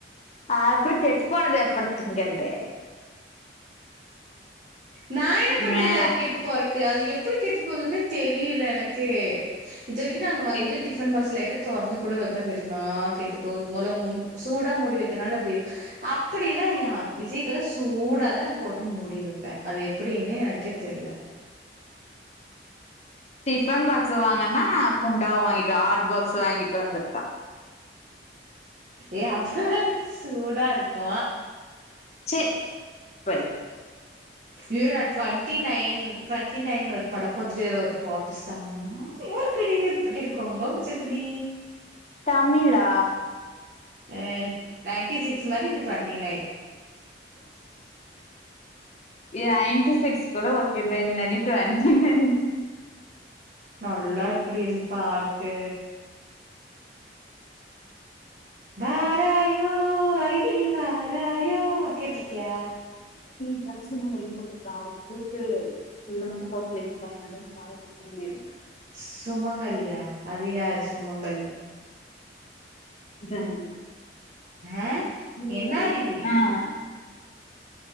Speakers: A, on the left; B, on the right.
A: ஆ அப்புற கெட்ப் போனத எப்படி திங்கறது
B: நா என்ன பண்றது
A: மே
B: அது கெட்டு போறக்கு அது எப் ப்புடி கெட்டு போதுன்னு தெரியில எனக்கே இது வரிக்கு நாங் அங்க வந்து
A: டிஃப்
B: டிஃபன் பாக்ஸ் லைட்ட தொற்ந்து கூட வெப்பேந் தெரியுமா கெட்டு போகுது போல முன் சூடா மூடி வெக்கிற்னால அப்டி அப்படியென்ன யா விஜய்கலா சூடாதா நா போட்டு மூடி வெப்பே அது எப்படின்னு எனக்கே தெர்ல
A: டிஃபன் பாக்ஸு வாங்கன்னா குண்டாவ வாங்கிட்டு ஹாட் பாக்ஸ் வாங்கிட்டு வந்திர்க்கா
B: ஏ அப்ப தான்டி சூடா இருக்கு
A: சேர் வை
B: ஏ நா ட்வெண்டி நைன் ட்வெண்டி நைன் இரு பட பாத்துட்டு அதுல ஒரு பாட்டு செம்மையா இருக்குடி அது பாட்டு எனக்கு ரொம்ப பூடிச்சிருக்குடி
A: தமிழா
B: அ நைன்டி சிக்ஸ் மாரி இது ட்வெண்டி நைன்
A: எ ஐன்டி சிக்ஸ் கூட ஒ இத்தென்னடி ட்வெண்டி நைன்
B: நல்லா இருக்குடி அந்த பாட்டு வாராயோ அரு ருகில் வாராயோ கேட்ருக்கியா
A: மேக்ஸிமம் ஒரு இன்ட்ரோ போட்டா அவரு கூப்ட்டு உள்ள மட்டு போக செல்லி இருக்காங்க <unintelligible> முடியாது
B: சுமங்கலியா அதுயாரு சுமங்கலி
A: அ அ
B: ஆ என்னாடி